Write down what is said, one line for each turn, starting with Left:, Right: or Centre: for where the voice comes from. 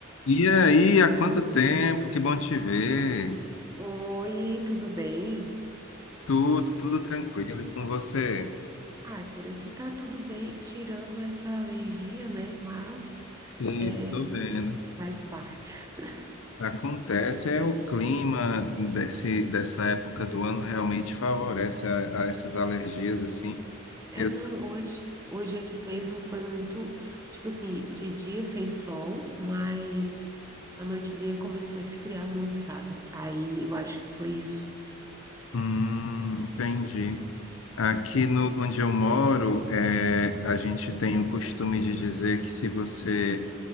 Left: E aí, há quanto tempo? Que bom te ver.
Right: Oi, tudo bem?
Left: Tudo, tudo tranquilo e com você?
Right: Ah, por aqui tá tudo bem, tirando essa alergia, né? Mas
Left: E
Right: é,
Left: tô vendo.
Right: faz parte. <laughs>
Left: Acontece, é o clima desse, dessa época do ano realmente favorece a, a essas alergias assim.
Right: É,
Left: Eu
Right: não, hoje, hoje aqui mesmo foi muito, tipo assim, de dia fez sol, mas a noitezinha começou a esfriar muito, sabe? Aí eu acho que foi isso.
Left: Hum, entendi. Aqui no, onde eu moro, é, a gente tem o costume de dizer que se você